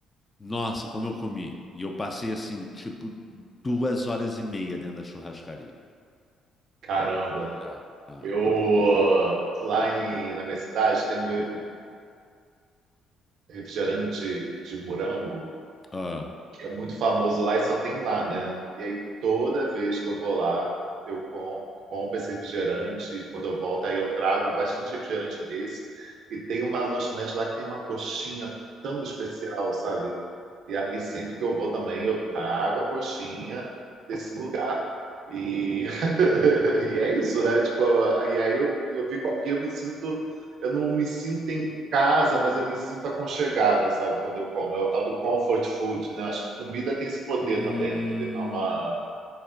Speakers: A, on the left (about 25°); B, on the right (about 60°).
A: Nossa, como eu comi. E eu passei assim, tipo, duas horas e meia dentro da churrascaria.
B: Caramba.
A: É. Tá?
B: Eu, lá em, na minha cidade, tem um, re- um refrigerante de morango
A: Ah.
B: que é muito famoso lá e só tem lá, né? E aí toda vez que eu vou lá, eu com- compro esse refrigerante e quando eu volto aí eu trago bastante refrigerante desse e tem uma lanchonete lá que tem uma coxinha tão especial, sabe? E aí, sempre que eu vou também, eu trago a coxinha desse lugar. E, <laughs> e é isso, né? Tipo, e aí eu, eu fico aqui, eu me sinto, eu não me sinto em casa, mas eu me sinto aconchegado, sabe? Quando eu como. É o tal do comfort food, né? Acho que comida tem esse poder
A: Hum.
B: também, né? De virar uma,